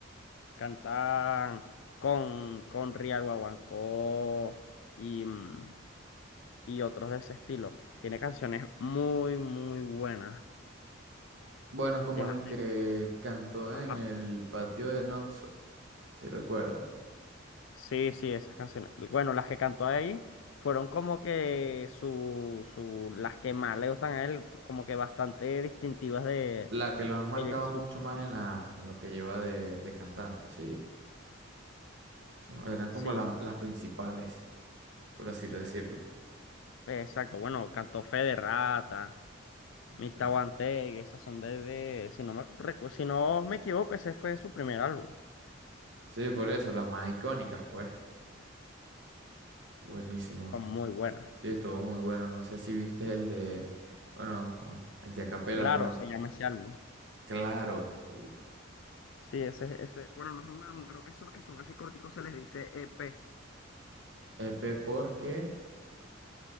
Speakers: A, on the left; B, on the right.
A: Cantan con, con Rial Guaguancó y, mm, y otros de ese estilo. Tiene canciones muy, muy buenas.
B: Bueno, como
A: Deja-
B: las que cantó
A: ajá.
B: en el patio de Noxo, si recuerdas.
A: Sí, sí, esas canciones. Bueno, las que cantó ahí fueron como que su, su, las que más le gustan a él, como que bastante distintivas de,
B: La que los han marcado
A: de su-
B: mucho más en la, en lo que lleva de, de cantante, sí. Son- eran como
A: Sí,
B: la- las principales, por así decirlo.
A: exacto. Bueno, cantó Fe de Rata, Mista
B: Bueno,
A: Guante, esas son de, de- si no me, recu- si no me equivoco, ese fue su primer álbum.
B: sí, por eso, las más icónicas, pues. Buenísimo.
A: Son muy buenas.
B: Sí, estuvo muy bueno. No sé si viste el de, bueno, ahora, el de Acapela,
A: Claro,
B: ¿no?
A: se llama ese álbum.
B: Claro, uff.
A: Sí, ese, ese, bueno, no es un álbum, creo que esos que son así corticos se les dice EP.
B: EP porque